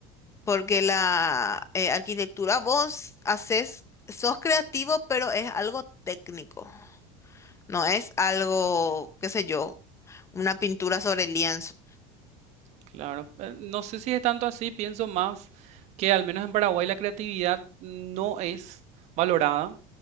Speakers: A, on the left; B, on the right.
A: Porque la eh, arquitectura vos haces, sos creativo, pero es algo técnico. No es algo, qué sé yo, una pintura sobre lienzo.
B: Claro, eh, no sé si es tanto así, pienso más que al menos en Paraguay la creatividad no es valorada.